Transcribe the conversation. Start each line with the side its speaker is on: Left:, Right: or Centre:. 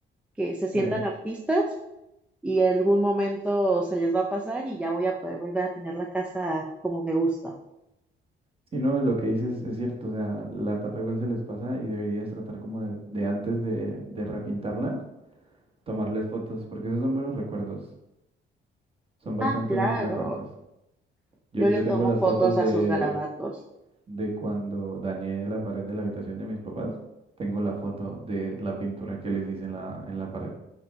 Centre: que se sientan
Right: sí.
Centre: artistas y en algún momento se les va a pasar y ya voy a poder volver a tener la casa como me gusta.
Right: Si no, lo que dices es cierto, o sea, la tapa igual se les pasa y deberías tratar como de, de antes de, de repintarla, tomarles fotos, porque esos son buenos recuerdos. Son bastante
Centre: Ah, claro.
Right: buenos recuerdos. Yo,
Centre: Yo
Right: yo
Centre: le tomo
Right: tengo las
Centre: fotos
Right: fotos
Centre: a
Right: de,
Centre: sus garabatos.
Right: de cuando dañé la pared de la habitación de mis papás. Tengo la foto de la pintura que les hice en la, en la pared.